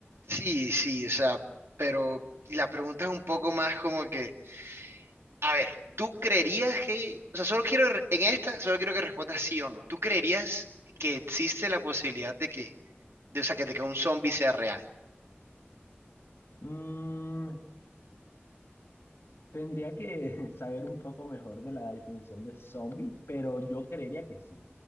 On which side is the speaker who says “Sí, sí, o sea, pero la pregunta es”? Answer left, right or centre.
Right